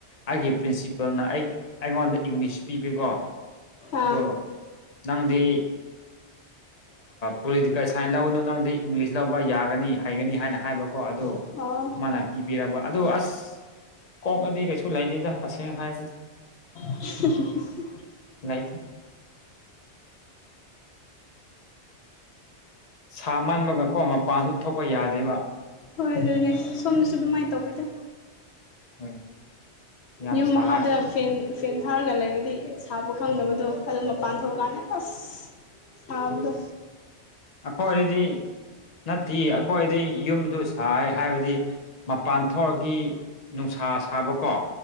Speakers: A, on the left; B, on the left.
A: ꯑꯩꯒꯤ ꯄ꯭ꯔꯤꯟꯁꯤꯄꯜꯅ ꯑꯩ ꯑꯩꯉꯣꯟꯗ ꯏꯪꯂꯤꯁ ꯄꯤꯕꯤꯀꯣ
B: ꯑꯥ
A: ꯗꯣ ꯅꯪꯗꯤ ꯄꯣꯂꯤꯇꯤꯀꯦꯜ ꯁꯥꯏꯟꯁ ꯂꯧꯒꯅ ꯅꯪꯗꯤ ꯏꯪꯂꯤꯁ ꯂꯧꯕ ꯌꯥꯒꯅꯤ ꯍꯩꯒꯅꯤ ꯍꯥꯏꯅ ꯍꯥꯏꯕꯀꯣ ꯑꯗꯨ
B: ꯑꯣ
A: ꯃꯥꯅ ꯄꯤꯕꯤꯔꯕ ꯑꯗꯣ ꯑꯁ ꯀꯣꯛꯅꯗꯤ ꯀꯩꯁꯨ ꯂꯩꯗꯦꯗ ꯍꯁꯦꯡꯅ ꯍꯥꯏꯕꯅꯤ
B: <unintelligible>
A: ꯅ ꯇ ꯁꯥ ꯃꯟꯥꯟꯕꯒ ꯀꯣ ꯃꯄꯥꯟꯁꯨ ꯊꯣꯛꯄ ꯌꯥꯗꯦꯕ
B: ꯍꯣꯏ ꯑꯗꯨꯅꯦ ꯁꯣꯝꯗꯁꯨ ꯑꯗꯨꯃꯥꯏꯅ ꯇꯧꯧꯕꯤꯗ
A: ꯍꯣꯏ ꯌꯥꯝ
B: ꯌꯨꯝ
A: ꯁꯥꯏ
B: ꯃꯈꯥꯗ ꯐ ꯐꯦꯟ ꯊꯥꯔꯒ ꯂꯩꯔꯗꯤ ꯁꯥꯕ ꯈꯪꯗꯕꯗꯣ ꯑꯗꯨꯝ ꯃꯄꯥꯟ ꯊꯣꯛꯒꯅꯦ ꯑꯁ ꯁꯥꯕꯗ
A: ꯑꯩꯈꯣꯏꯗꯗꯤ ꯅꯠꯇꯦ ꯑꯩꯈꯣꯏꯗꯤ ꯌꯨꯝꯗꯨ ꯁꯥꯏ ꯍꯥꯏꯕꯗꯤ ꯃꯄꯥꯟ ꯊꯣꯛꯒꯤ ꯅꯨꯡꯁꯥ ꯁꯥꯕ ꯀꯣ